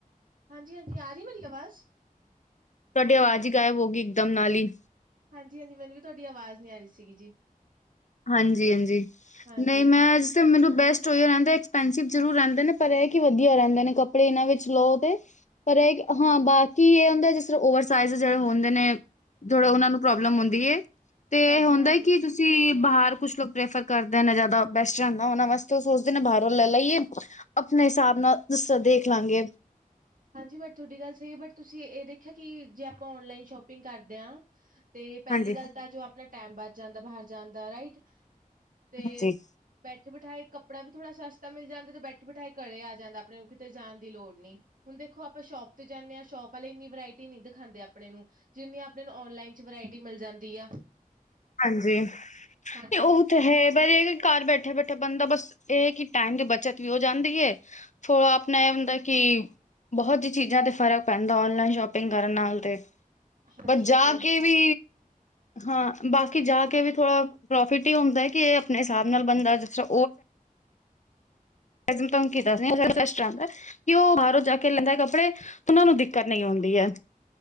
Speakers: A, on the right (about 70°); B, on the left (about 55°).
A: ਹਾਂਜੀ-ਹਾਂਜੀ, ਆ ਰਹੀ ਮੇਰੀ ਆਵਾਜ਼?
B: ਤੁਹਾਡੀ ਆਵਾਜ਼ ਹੀ ਗਾਇਬ ਹੋ ਗਈ ਇਕਦਮ ਨਾਲ ਹੀ।
A: ਹਾਂਜੀ-ਹਾਂਜੀ, ਮੈਨੂੰ ਵੀ ਤੁਹਾਡੀ ਆਵਾਜ਼ ਨੀ ਆ ਰਹੀ ਸੀ ਗੀ ਜੀ।
B: ਹਾਂਜੀ-ਹਾਂਜੀ,
A: ਹਾਂਜੀ।
B: ਨਹੀਂ ਮੈਂ ਤੇ ਮੈਨੂੰ ਬੈਸਟ ਓਈ ਰਹਿੰਦਾ ਐਕਸਪੈਸੀਬ ਜ਼ਰੂਰ ਰਹਿੰਦੇ ਨੇ ਪਰ ਇਹ ਕਿ ਵਧੀਆ ਰਹਿੰਦੇ ਨੇ ਕੱਪੜੇ ਇਹਨਾਂ ਵਿੱਚ ਲੋਟ ਪਰ ਇਹ ਹਾਂ ਬਾਕੀ ਇਹ ਹੁੰਦਾ ਜਿਸ ਤਰ੍ਹਾਂ ਓਵਰਸਾਈਜ਼ ਜਿਹੜੇ ਹੁੰਦੇ ਨੇ, ਜਿਹੜਾ ਉਹਨਾਂ ਨੂੰ ਪ੍ਰੋਬਲਮ ਹੁੰਦੀ ਏ, ਤੇ
A: ਹਾਂਜੀ-ਹਾਂਜੀ।
B: ਹੁੰਦਾ ਏ ਕਿ ਤੁਸੀਂ ਬਾਹਰ ਕੁਛ ਲੋਕ ਪ੍ਰੈਫਰ ਕਰਦੇ ਨੇ ਜ਼ਿਆਦਾ ਬੈਸਟ ਰਹਿੰਦਾ ਦਾ ਉਹਨਾਂ ਵਾਸਤੇ ਉਹ ਸੋਚਦੇ ਨੇ ਬਾਹਰੋਂ ਲੈ ਲਈਏ। ਆਪਣੇ ਹਿਸਾਬ ਨਾਲ ਜਿਸ ਤਰ੍ਹਾਂ ਦੇਖ ਲਾਂਗੇ।
A: ਹਾਂਜੀ ਬਟ ਤੁਹਾਡੀ ਗੱਲ ਸਹੀ ਏ ਬਟ ਤੁਸੀਂ ਇਹ ਦੇਖਿਆ ਕਿ ਜੇ ਆਪਾਂ ਔਨਲਾਈਨ ਸ਼ੋਪਿੰਗ ਕਰਦੇ ਆ, ਤੇ ਪਹਿਲੀ
B: ਹਾਂਜੀ-ਹਾਂਜੀ।
A: ਗੱਲ ਤਾਂ ਜੋ ਆਪਣਾ ਟੈਮ ਬੱਚ ਜਾਂਦਾ ਬਾਹਰ ਜਾਣ ਦਾ ਰਾਈਟ, ਤੇ
B: ਹਾਂਜੀ।
A: ਬੈਠੇ ਬਿਠਾਏ ਕੱਪੜਾ ਵੀ ਥੋੜ੍ਹਾ ਸਸਤਾ ਮਿਲ ਜਾਂਦਾ ਤੇ ਬੈਠੇ ਬਿਠਾਏ ਘਰੇ ਆ ਜਾਂਦਾ ਆਪਣੇ ਨੂੰ ਕਿਤੇ ਜਾਣ ਦੀ ਲੋੜ ਨਹੀ। ਹੁਣ ਦੇਖੋ ਆਪਾਂ ਸ਼ੋਪ ਤੇ ਜਾਣੇ ਆ ਸ਼ੋਪ ਵਾਲੇ ਇੰਨੀ ਵਰਾਇਟੀ ਨਹੀਂ ਦਿਖਾਉਂਦੇ ਆਪਣੇ ਨੂੰ। ਜਿੰਨੀ ਆਪਣੇ ਨੂੰ ਔਨਲਾਈਨ ਚ ਵਰਾਇਟੀ ਮਿਲ ਜਾਂਦੀ ਆ।
B: ਹਾਂਜੀ, ਨਹੀਂ
A: ਹਾਂਜੀ-ਹਾਂਜੀ।
B: ਉਹ ਤਾਂ ਹੈ ਪਰ ਘਰ ਬੈਠੇ-ਬੈਠੇ ਬੰਦਾ ਬਸ ਇਹ ਕਿ ਟਾਈਮ ਦੀ ਬੱਚਤ ਵੀ ਹੋ ਜਾਂਦੀ ਏ। ਥੋੜਾ ਆਪਣਾ ਇਹ ਹੁੰਦਾ ਕੀ, ਬਹੁਤ ਹੀ ਚੀਜ਼ਾਂ ਤੇ ਫ਼ਰਕ ਪੈਂਦਾ ਔਨਲਾਈਨ ਸ਼ੋਪਿੰਗ ਕਰਨ ਨਾਲ ਤੇ,
A: ਹਾਂਜੀ-ਹਾਂਜੀ
B: ਪਰ ਜਾ
A: ਏਦਾਂ
B: ਕੇ ਵੀ, ਹਾਂ। ਬਾਕੀ ਜਾ ਕੇ ਵੀ ਥੋੜਾ ਪ੍ਰੋਫਿਟ ਹੀ ਹੁੰਦਾ ਏ ਕਿ ਇਹ ਆਪਣੇ ਹਿਸਾਬ ਨਾਲ ਬੰਦਾ ਜਿਸ ਤਰ੍ਹਾਂ <unintelligible> ਕਿ ਉਹ ਬਾਹਰੋਂ ਜਾ ਕੇ ਲੈਂਦਾ ਏ ਕੱਪੜੇ ਉਹਨਾਂ ਨੂੰ ਦਿੱਕਤ ਨਈ ਆਉਂਦੀ ਏ